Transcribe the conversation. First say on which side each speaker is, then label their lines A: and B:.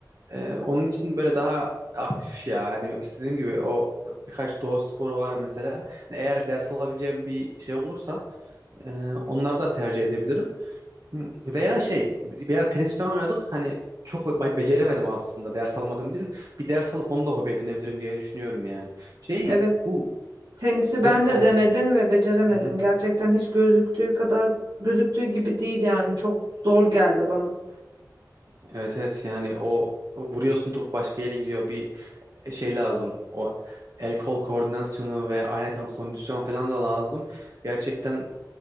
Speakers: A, on the right; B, on the right.
A: Ee, onun için böyle daha aktif ya. Yani işte dediğim gibi o birkaç doğa sporu var mesela. Hani eğer ders alabileceğim bir şey olursa e, onları da tercih edebilirim. Hı, Veya şey bir ara tenis falan oynadık. Hani çok be- beceremedim aslında ders almadığım için. Bir ders alıp onu da hobi edinebilirim diye düşünüyorum yani. Şey
B: Evet,
A: bu
B: tenisi ben
A: dedin
B: de
A: yani.
B: denedim ve beceremedim.
A: Hı hı.
B: Gerçekten hiç gözüktüğü kadar gözüktüğü gibi değil yani çok zor geldi bana.
A: Evet evet yani o o vuruyorsun topu başka yere gidiyor. Bir e, şey lazım. O el kol koordinasyonu ve ayrıca kondisyon falan da lazım. Gerçekten